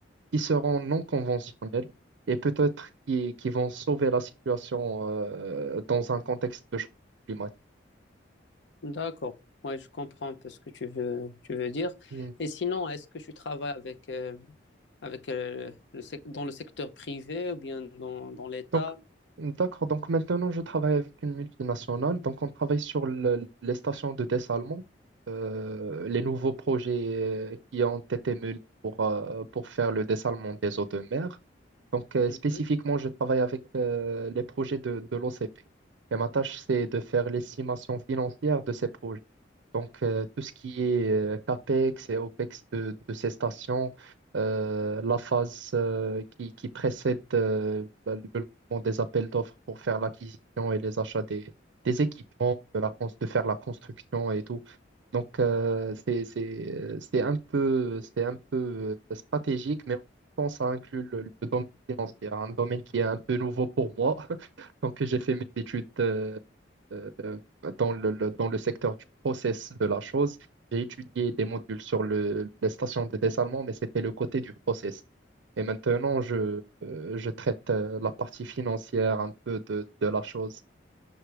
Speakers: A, on the right; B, on the left.
A: qui seront non conventionnelles et peut-être qui, qui vont sauver la situation euh, dans un contexte de changement
B: D'accord. Ouais, je comprends un peu ce que tu veux, tu veux dire.
A: climatique.
B: Et sinon, est-ce que tu travailles avec euh, avec, euh, le sec- dans le secteur privé ou bien dans, dans l'État?
A: Donc, d'accord. Donc, maintenant, je travaille avec une multinationale. Donc, on travaille sur le- les stations de dessalement, euh, les nouveaux projets euh, qui ont été menés pour, euh, pour faire le dessalement des eaux de mer. Donc, euh,
B: Mhm.
A: spécifiquement, je travaille avec euh, les projets de, de l'OCP. Et ma tâche, c'est de faire l'estimation financière de ces projets. Donc, euh, tout ce qui est euh, CAPEX et OPEX de, de ces stations, euh, la phase euh, qui, qui précède euh, le le lancement des appels d'offres pour faire l'acquisition et les achats des, des équipements, de, la, cons- de faire la construction et tout. Donc, euh, c'est, c'est, euh, c'est un peu, c'est un peu euh, stratégique, mais en même temps, ça inclut le, le domaine financier, un domaine qui est un peu nouveau pour moi. <laughs> Donc, j'ai fait mes études euh, euh, dans le, le- dans le secteur du process de la chose. J'ai étudié des modules sur le, les stations de dessalement, mais c'était le côté du process. Et maintenant, je, euh, je traite euh, la partie financière un peu de, de la chose.